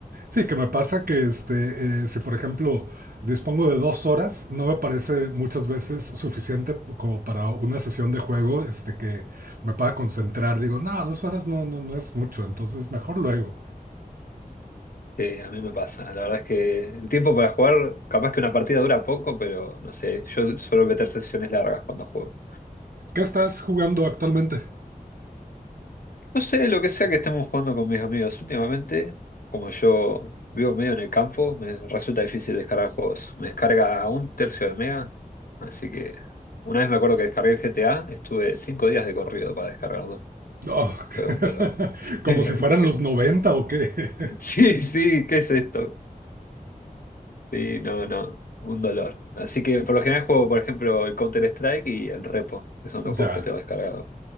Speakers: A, on the right; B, on the left.
A: Sí, que me pasa que este, eh, si por ejemplo dispongo de dos horas, no me parece muchas veces suficiente como para una sesión de juego este, que me pueda concentrar. Digo, no, dos horas no, no, no es mucho, entonces mejor luego.
B: sí, a mí me pasa. La verdad es que el tiempo para jugar, capaz que una partida dura poco, pero no sé, yo suelo meter sesiones largas cuando juego.
A: ¿Qué estás jugando actualmente?
B: No sé, lo que sea que estemos jugando con mis amigos. Últimamente, como yo vivo medio en el campo, me resulta difícil descargar juegos. Me descarga un tercio de mega, así que una vez me acuerdo que descargué el GTA, estuve cinco días de corrido para descargarlo.
A: Oh,
B: Fue un dolor.
A: <laughs> como
B: <laughs>
A: si fueran los noventa o qué.
B: Sí, sí, ¿qué es esto? Sí, no, no, un dolor. Así que por lo general juego, por ejemplo, el Counter-Strike y el Repo, que son
A: <laughs>
B: los juegos
A: ya,
B: que tengo descargados.